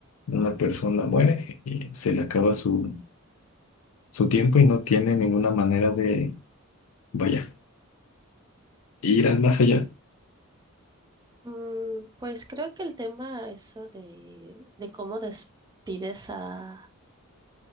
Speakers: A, on the left; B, on the right.
A: una persona muere y se le acaba su, su tiempo y no tiene ninguna manera de, vaya, ir al más allá.
B: Mm, pues creo que el tema eso de, de cómo despides a,